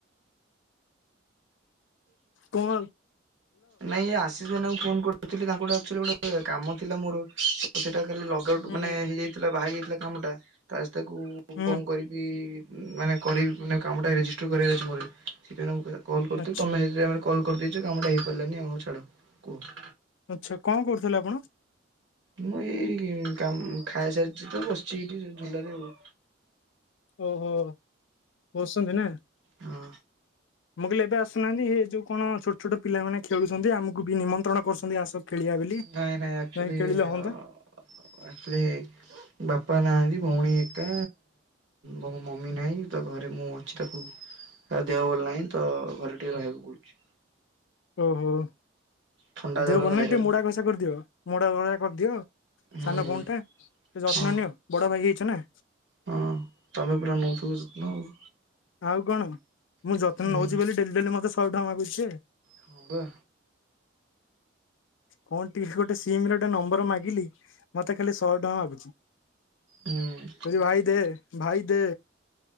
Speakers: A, on the left; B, on the right.
A: Komal
B: ନାଇଁ ଆଶିଷ ଭାଇନାଙ୍କୁ phone କରୁଥିଲି, ତାଙ୍କଠି ଆକ୍ଚୁଆଲି ଗୋଟେ କାମ ଥିଲା ମୋର ସେଟା କାଲି ଲଗଆଉଟ
A: ହୁଁ
B: ମାନେ
A: ହୁଁ
B: ହେଇଯାଇଥିଲା ବାହାରି ଯାଇଥିଲା କାମଟା, ତାସ୍ ତାକୁ
A: ହୁଁ
B: କଣ କରିବି? ବି ମାନେ କରିବି ମାନେ କାମଟା ରେଜିଷ୍ଟର୍ କରିବା ଅଛି ମୋର, ସେଥିପାଇଁ ମୁଁ କଲ୍ କରିୁଥିଲୁ
A: ଆଚ୍ଛା
B: ତମେ ସେ <unintelligible> କଲ୍ କରିଦେଇଛ କାମଟା ହେଇପାରିଲାନି ଆଉ ଛାଡ଼ କୁହ
A: ଆଚ୍ଛା କଣ କରୁଥିଲେ ଆପଣ?
B: ମୁଁ ଏଇ କାମ ଖାଇସାରିଛି ତ ବସିଛି ଏଇଠି ଝୁଲାରେ ଆଉ
A: ଓହୋ ବସଛନ୍ତି ନା
B: ହଁ।
A: ମୁଁ କହିଲି ଏବେ ଆସୁନାହାନ୍ତି ଇଏ ଯୋଉ କଣ ଛୋଟ ଛୋଟ ପିଲାମାନେ ଖେଳୁଛନ୍ତି ଆମକୁ ବି ନିମନ୍ତ୍ରଣ କରିଛନ୍ତି ଆସ। ଖେଳିବା ବୋଲି
B: ନାଇଁ ନାଇଁ ଆକ୍ଚୁଲି
A: ଯାଇ ଖେଳିଲେ
B: ଅ
A: ହୁଅନ୍ତା
B: ଆକ୍ଚୁଲି ବାପା ନାହାନ୍ତି ଭଉଣୀ ଏକା ମୋ ମମି ନାଇଁ ତ ଘରେ ମୁଁ ଅଛି ତାକୁ ତା ଦେହ ଭଲ ନାହିଁ ତ ଘରେ ଟିକେ ରହିବାକୁ ପଡୁଛି।
A: ଓହୋ
B: ଥଣ୍ଡା ଜର
A: ଦେହ ଭଲ
B: ଭାଇରାଲ
A: ନାହିଁ ଟିକେ ମୋଡା ଘସା କରିଦିଅ, ମୋଡା ଘସା କରିଦିଅ।
B: ହୁଁ
A: ସାନ
B: ହୁଁ
A: ଭଉଣୀଟା ତ ଯତ୍ନନିଅ
B: ହଁ
A: ବଡ ଭାଇ ହେଇଛ ନା।
B: ହଁ ତମେ ପୁରା ନଉଥିବ ଯତ୍ନ ଆଉ।
A: ଆଉ କଣ ମୁଁ ଯତ୍ନ
B: ହୁଁ
A: ନଉଛି ବୋଲି ଡେଲି ଡେଲି ମତେ ଶହେ ଟଙ୍କା ମାଗୁଛି ସେ।
B: ହଁ ବା।
A: କଣ ଟିକେ ଗୋଟେ ସିମ ର ଟା ନମ୍ବର ମାଗିଲି ମତେ ଖାଲି ଶହେ ଟଙ୍କା ମାଗୁଛି।
B: ହୁଁ।
A: କହୁଛି ଭାଇ ଦେ ଭାଇ ଦେ